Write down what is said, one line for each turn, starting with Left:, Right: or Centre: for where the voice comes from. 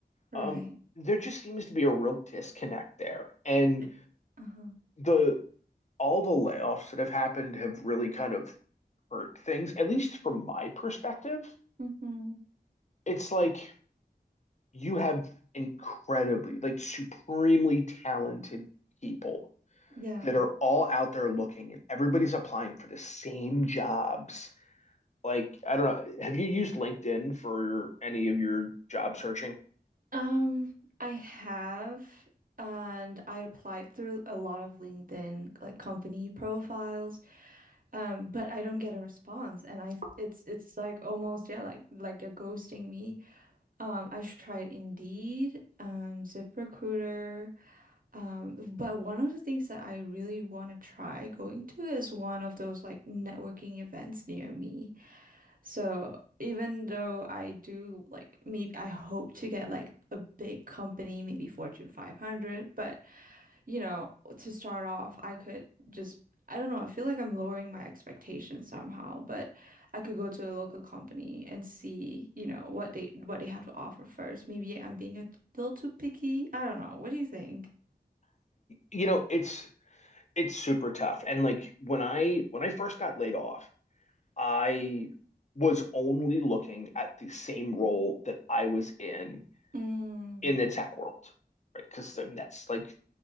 Right: Right.
Left: um there just seems to be a real disconnect there and
Right: It- Uh-huh.
Left: the all the layoffs that have happened have really kind of hurt things at least from my perspective
Right: Mm-hmm.
Left: it's like you have incredibly, like supremely talented people
Right: Yeah.
Left: that are all out there looking and everybody's applying for the same jobs. Like, I don't know, have you used LinkedIn for any of your job searching?
Right: Um, I have, and I applied through a lot of LinkedIn like company profiles, um, but I don't get a response, and I it's it's like almost yeah like like they're ghosting me. Um, I should try Indeed, um, ZipRecruiter. Um, but one of the things that I really want to try going to is one of those like networking events near me. So even though I do like maybe I hope to get like a big company, maybe Fortune 500, but you know, to start off, I could just I don't know, I feel like I'm lowering my expectations somehow, but I could go to a local company and see, you know, what they what they have to offer first. Maybe I'm being a little too picky. I don't know. What do you think?
Left: You know, it's it's super tough. And like when I when I first got laid off, I was only looking at the same role that I was in
Right: Mm,
Left: in the tech world, right? Because that's like